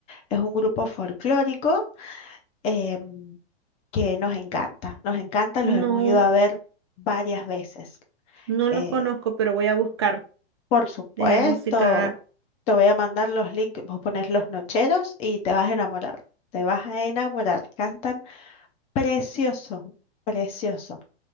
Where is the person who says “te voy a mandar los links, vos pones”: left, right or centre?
Left